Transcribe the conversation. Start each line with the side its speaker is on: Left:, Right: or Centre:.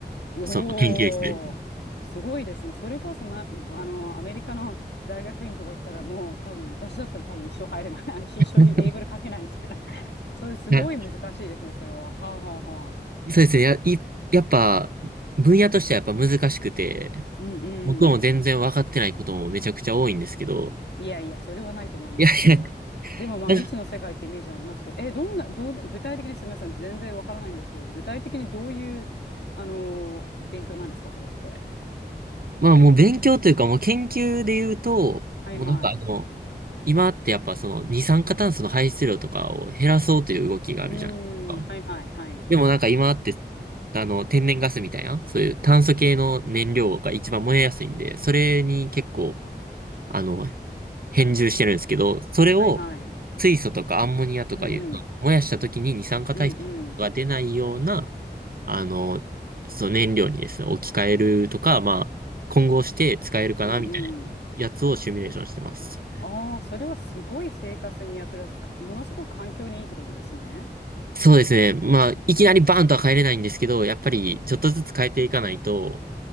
Left: おお、
Right: その研究室です。
Left: すごいですね。それこそ、ま、あの、アメリカの大学院とか行ったら、もう多分、私だったら多分一生入れない。<laughs> 一生英語で書けないみたいな。
Right: <laughs>
Left: <laughs> そういう、すごい難しいですね、
Right: な
Left: それは。はあ、はあはあ。
Right: そうですね。や、いやっぱ、分野としてはやっぱ難しくて、
Left: うんうん。
Right: 僕も全然分かってないこともめちゃくちゃ多いんですけど、
Left: いやいや、それはないと思いますけど。
Right: いやいや、
Left: でも、まあ、
Right: だ
Left: 未知の世界ってイメージありますけど、え、どんな、どんな、具体的にすみません、私全然わからないんですけど、具体的にどういう、あの、勉強なんですか、それって。
Right: まあもう勉強というかもう研究で言うと、
Left: はいはい。
Right: もうなんかあの、
Left: う
Right: 今ってやっぱその二酸化炭素の排出量とかを減らそうという動きがあるじゃないですか。
Left: ーん、はいはいはい。
Right: でもなんか今ってあの天然ガスみたいな、そういう炭素系の燃料が一番燃えやすいんで、それに結構あの変重してるんですけど、それを
Left: はいはい。
Right: 水素とかアンモニアとかいうと、
Left: うん
Right: 燃やした時に二酸化炭素が出ないような、
Left: うんうん。
Right: あの、そう燃料にですね、置き換えるとか、まあ、混合して使えるかなみたいなやつをシミュレーションしてます。
Left: うんうん。ああ、それはすごい生活に役立つか、ものすごく環境にいいってことですね。
Right: そうですね。まあ、いきなりバーンとは変えれないんですけど、やっぱりちょっとずつ変えていかないと、